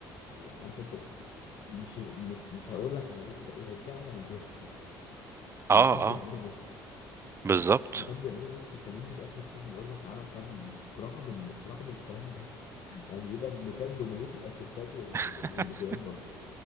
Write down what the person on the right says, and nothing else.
اه
اه
بالظبط
<laughs>